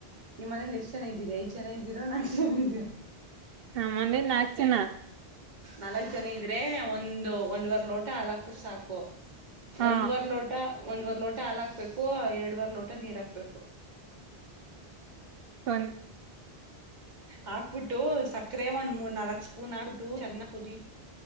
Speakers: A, on the right; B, on the right.
A: ನಿಮ್ಮ್ ಮನೇಲಿ ಎಷ್ಟು ಜನ್ನ್ದೀರೆ, ಐದ ಜನ ಇದ್ದೀರಾ ಏನ್ ನಾಕ್ ಜನ ಇದ್ದೀರಾ
B: ನಮ್ಮಂದೆ ನಾಕ್ ಜನ.
A: ನಾಲ್ಕ್ ಜನ ಇದ್ರೆ ಒಂದು ಒಂದ್ ವರ್ ಲೋಟ ಅಲಕೂರ್ ಸಾಕು,
B: ಹಾ
A: ಒಂದ್ ವರ್ ಲೋಟ, ಒಂದ್ ವರ್ ಲೋಟ ಹಾಲಾಕ್ಬೇಕು, ಎರಡುವರ್ ಲೋಟ ನೀರ್ ಹಾಕ್ಬೇಕು,
B: ಒನ್
A: ಹಾಕ್ಬಿಟ್ಟು ಸಕ್ಕರೆ ಒಂದ್ ಮೂರ್ ನಾಲ್ಕ್ ಸ್ಪೂನ್ ಹಾಕ್ಬಿಟ್ಟು ಚೆನ್ನ ಕುದಿ